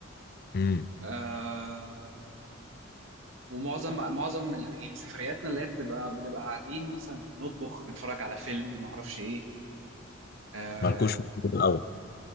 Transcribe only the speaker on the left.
امم
مالكوش في الجو الاول